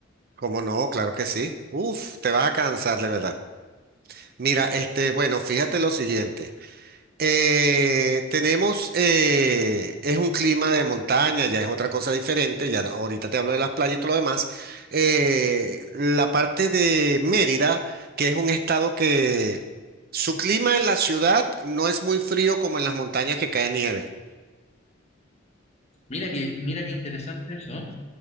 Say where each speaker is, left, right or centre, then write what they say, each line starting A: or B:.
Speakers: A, on the right; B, on the left.
A: Como no, claro que sí. Uf, te vas a cansar de verdad. Mira, este, bueno, fíjate lo siguiente. Eh, tenemos, eh, es un clima de montaña, ya es otra cosa diferente, ya ahorita te hablo de las playas y todo lo demás. Eh, la parte de Mérida, que es un estado que su clima en la ciudad no es muy frío como en las montañas que cae nieve.
B: Mira que, mira qué interesante eso.